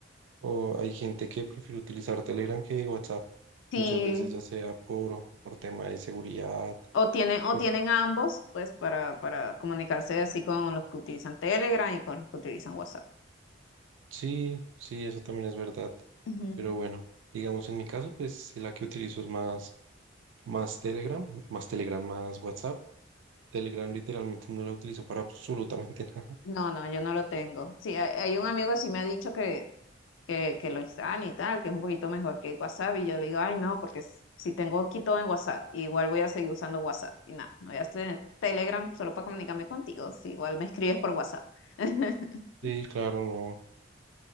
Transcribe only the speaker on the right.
o hay gente que prefiere utilizar Telegram que WhatsApp,
muchas veces ya sea por, por tema de seguridad,
por,
sí, sí, eso también es verdad,
pero bueno, digamos en mi caso, pues sí, la que utilizo es más Más Telegram, más Telegram, más WhatsApp. Telegram literalmente no lo utilizo para absolutamente <laughs> nada.
Sí, claro, no.